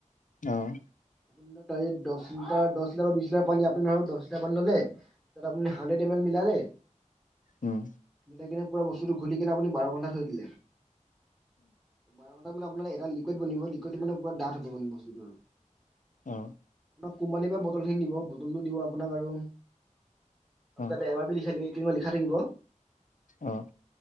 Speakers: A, on the left; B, in the centre.
A: অহ,
B: আপোন তাৰ দহ লিটাৰ, দহ লিটাৰ, বা বিশ লিটাৰ পানী আপুনি ধৰক দহ লিটা পানী ললে, তাত আপুনি হাড্ৰেড এ এল মিলালে
A: উম,
B: নে পুৰা বস্তুটো ঘুলি কিনে আপুনি বাৰ ঘন্টা থৈ দিলে, বাৰ ঘন্টা মানে আপোনাৰ এক এ লিকুইড বনিব, লিকুডত মানে পুৰা ডাঠ হব মানে বস্তুটো আৰু
A: আহ,
B: কোম্পানীৰ পৰা বটল খিনি দিব, বটলটো দিব আপোনাক আৰু
A: অ
B: তাতে এমাৰ পি লিখালি লিখা থাকিব।
A: আহ,